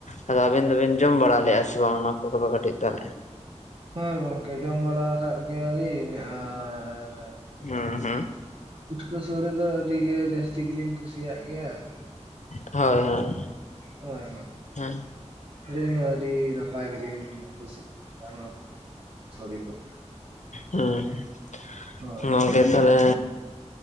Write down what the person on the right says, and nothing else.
ᱦᱳᱭ ᱜᱚᱝᱠᱮ ᱡᱚᱢ ᱵᱟᱲᱟ ᱟᱠᱟᱫ ᱜᱮᱭᱟᱞᱤᱧ ᱟᱨᱻ
ᱯᱩᱴᱠᱟᱹ ᱥᱳᱲᱮ ᱫᱚ ᱟᱹᱰᱤᱜᱮ ᱡᱟᱹᱥᱛᱤ ᱜᱮᱞᱤᱧ ᱠᱩᱥᱤᱭᱟᱜ ᱜᱮᱭᱟ᱾
ᱦᱳᱭ
ᱦᱳᱭ ᱟᱹᱞᱤᱧ ᱫᱚ ᱟᱹᱰᱤ ᱱᱟᱯᱟᱭ ᱜᱮᱞᱤᱧ ᱠᱩᱥᱤ <unintelligible>
ᱦᱳᱭ